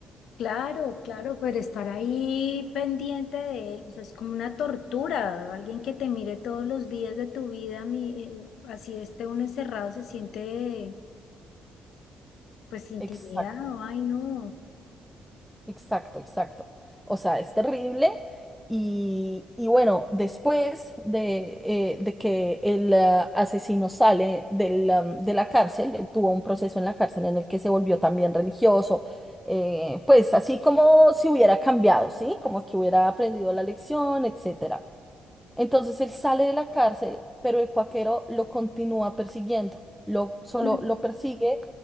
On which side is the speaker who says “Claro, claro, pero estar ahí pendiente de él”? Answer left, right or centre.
Left